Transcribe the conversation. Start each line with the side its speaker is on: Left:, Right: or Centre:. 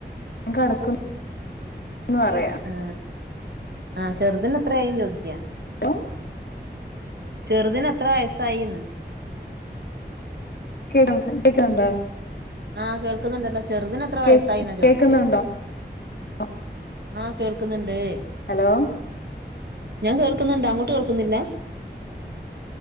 Left: കടക്കും <unintelligible> ന്ന് പറയാ
Right: ആ ആ ചെറുതിന് എത്രയായി ചോദിക്കാ
Left: ഓ
Right: ചെറുതിന് എത്ര വയസായിന്ന്
Left: <unintelligible> കേക്കുന്നുണ്ടോ?
Right: ആഹ് കേൾക്കുന്നുണ്ടല്ലോ ചെറുതിന് എത്ര
Left: കേ
Right: വയസായിന്നാ ചോദിച്ചേ
Left: കേക്കുന്നുണ്ടോ <unintelligible>
Right: ആ കേൾക്കുന്ന്ണ്ട്.
Left: ഹലോ
Right: ഞാൻ കേൾക്കുന്നുണ്ട്, അങ്ങോട്ട് കേൾക്കുന്നില്ല?